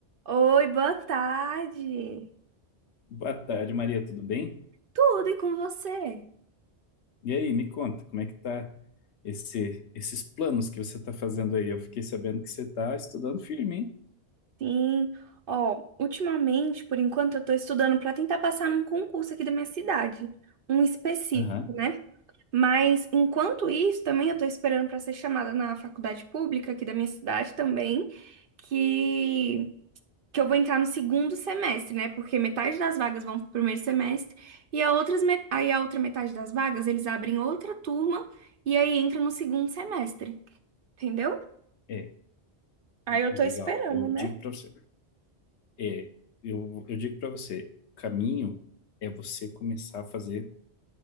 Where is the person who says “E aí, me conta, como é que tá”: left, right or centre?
Left